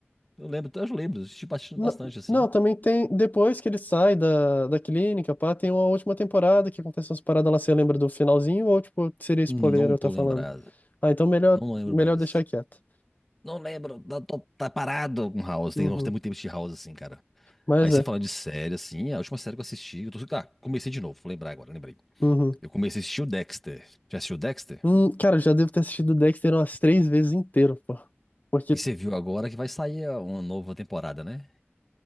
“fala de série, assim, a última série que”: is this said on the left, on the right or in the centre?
Centre